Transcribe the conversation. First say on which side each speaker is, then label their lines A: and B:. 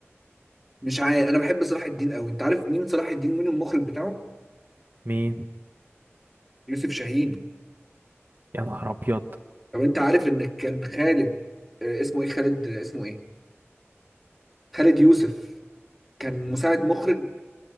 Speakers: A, in the centre; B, on the right.
A: مش عارف انا بحب صلاح الدين قوي انت عارف مين صلاح الدين مين المخرج بتاعه؟
B: مين
A: يوسف شاهين
B: يا نهار ابيض
A: طب انت عارف ان كان خالد آه، اسمه ايه خالد آه، اسمه ايه؟ خالد يوسف كان مساعد مخرج